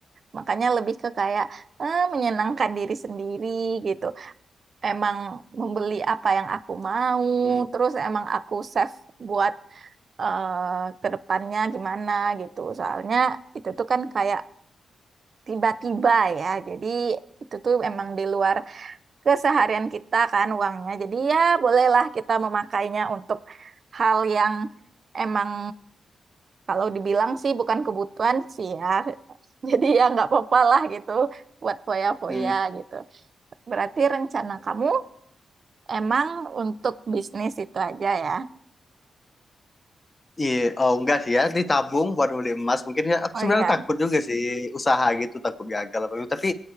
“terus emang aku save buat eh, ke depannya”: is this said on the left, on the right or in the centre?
Right